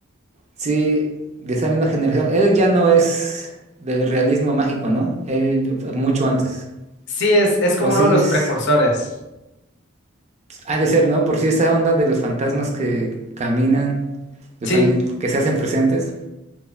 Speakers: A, on the right; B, on the left.
A: sí, de esa misma generación. Él ya no es del realismo mágico, ¿no? Él fue mucho antes.
B: Sí, es, es como
A: O sí
B: uno de los
A: es,
B: precursores.
A: ha de ser, ¿no? Por si esta onda de los fantasmas que caminan, de
B: Sí,
A: fan- que se hacen presentes,